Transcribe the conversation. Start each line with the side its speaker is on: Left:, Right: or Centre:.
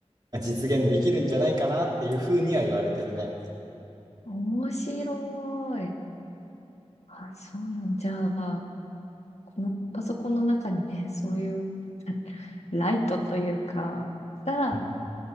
Right: まあ実現できるんじゃないかなっていうふうには言われてるね。
Left: 面白い。あ、そうなんじゃあ、このパソコンの中にね、そういうライトというか、が
Right: うん